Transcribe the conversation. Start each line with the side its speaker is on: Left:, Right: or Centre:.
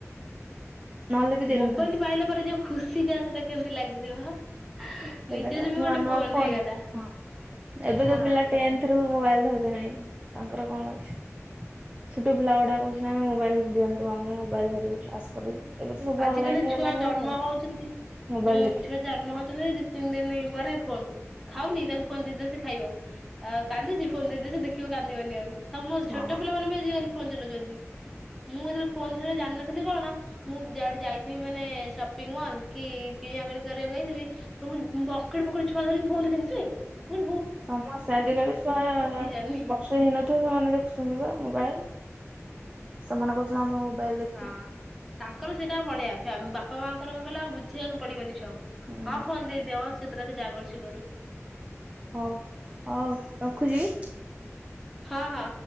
Right: ନହେଲେ ବି ଦେଇନଥାନ୍ତେ।
Centre: ମୋବାଇଲ ପାଇଲା ପରେ ଯୋଉ ଖୁସି ଟା ସେଟା କେମତି ଲାଗିଥିବ।
Right: ସେଟାତ
Centre: ନିଜର ବି
Right: ନୂଆ
Centre: ଗୋଟେ
Right: ନୂଆ ଫୋନ,
Centre: ହେଇଗଲା।
Right: ହ ଏବେ
Centre: ହଁ
Right: ଜୋ ପିଲା ଟେନ୍ ଏଥିରୁ ମୋବାଇଲ ଧରିଲାଣି ତାଙ୍କର କଣ ଅଛି? ଛୋଟ ପିଲା ଗୁଡ଼ାକ ସିନା ଆମେ ମୋବାଇଲ ଦିଅନ୍ତୁ, ଆମେ ମୋବାଇଲ ଧରିବୁ କ୍ଲାସ୍ କରିବୁ। ଏବେ ତ ସବୁ
Centre: ଆଜିକାଲି
Right: ଅନଲାଇନ୍ ହେଇଗଲାଣି
Centre: ଛୁଆ ଜନ୍ମ
Right: ବା ଫୋନ୍
Centre: ହଉଛନ୍ତି
Right: ମୋବାଇଲ୍
Centre: ହୁଁ
Right: ଦେଖି
Centre: ଛୁଆ ଜା ମହତବେ ଦି ତିନି ଦିନ ପରେ ଫୋନ ଖାଉନି ତାକୁ ଫୋନ ଦେଇ ଦେ ସେ ଖାଇବ। ଆଉ କାନ୍ଦୁଛି ଫୋନ ଦେଇଦେ ସେ ଦେଖିବ କାନ୍ଦିବନି ଆଉ। ସମ
Right: ହଁ।
Centre: ଛୋଟ ପିଲାମାନେ ବି ଆଜିିକାଲି ଫୋନ ଚଲଉଛନ୍ତି। ମୁଁ ଯେତେବେଳେ ଫୋନ ଧରିଆ ଜାଣିିନଥିଲି କଣ ମୁଁ ଯଆଡେ ଯାଇଥିବି ମାନେ ସପିଙ୍ଗ ମଲ୍, କି କିଣା କିଣି କରିବାକୁ ଯାଇଥିବି ସବୁ ବକଟ ବକଟେ ଛୁଆ ଧରିକି ଫୋନ ଖେଲୁଥିବେ ଭୁ
Right: ସମସ୍ତେ ଆଜିକାଲି ଛୁଆ,
Centre: ଜାଣିନି।
Right: ବର୍ଷେ ହେଇନଥିବ ସେମାନେ ଦେଖୁଛନ୍ତି ବା ମୋବାଇଲ। ସେମାନଙ୍କ ସହ ଆମେ ମୋବାଇଲ ଦେଖିବୁ
Centre: ହଁ ତାଙ୍କର ସେଇଟା ବଢିଆ, ବାପା ମାଙ୍କର କଣ କହିଲ ଆଉ ବୁଝେୟାକୁ ପଡିବନି ଛୁଆକୁ।
Right: ହୁଁ
Centre: ହଁ ଫୋନ ଦେଇଦିଅ ମ ସେ ତାର ଯାହା କରୁଛି କରୁ।
Right: ହଉ ହଉ ରଖୁଛି।
Centre: ହଁ ହଁ।